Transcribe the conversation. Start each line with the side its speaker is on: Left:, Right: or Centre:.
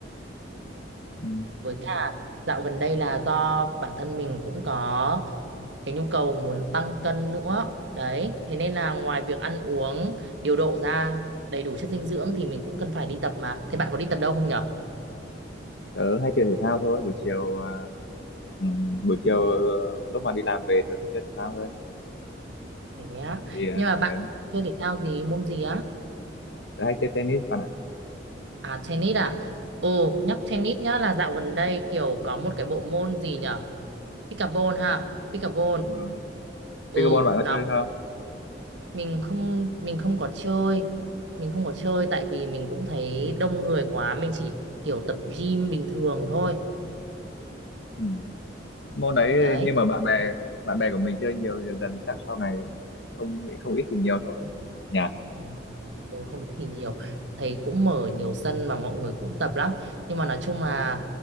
Left: ừm,
Right: với cả dạo gần đây là do bản thân mình cũng có cái nhu cầu muốn tăng cân nữa. Đấy, thế nên là ngoài việc ăn uống điều độ ra đầy đủ chất dinh dưỡng thì mình cũng cần phải đi tập mà. Thế bạn có đi tập đâu không nhỉ?
Left: tớ hay chơi thể thao thôi. Buổi chiều à, ừm, buổi chiều ờ, lúc mà đi làm về tớ thích chơi thể thao hơn.
Right: Thế á.
Left: Thì à,
Right: Nhưng mà bạn
Left: ờ,
Right: chơi thể thao gì, môn gì á?
Left: tớ hay chơi tennis bạn ạ.
Right: À tennis à? Ồ,
Left: Ừm,
Right: nhắc tennis nhá là dạo gần đây kiểu có một cái bộ môn gì nhở? Pickleball ha, pickleball.
Left: đúng rồi.
Right: Ừ,
Left: Pickleball bạn có
Right: nó
Left: chơi không?
Right: mình không mình không có chơi. Mình không có chơi tại vì mình cũng thấy đông người quá, mình chỉ kiểu tập gym bình thường thôi.
Left: Ừm. Môn đấy
Right: Đấy.
Left: nhưng mà bạn bè bạn bè của mình chơi nhiều dần dần chắc sau này cũng không không ít thì nhiều thôi. Nhỉ?
Right: Ừ, ừ, không biết thì nhiều. Thấy cũng mở nhiều sân mà mọi người cũng tập lắm. Nhưng mà nói chung là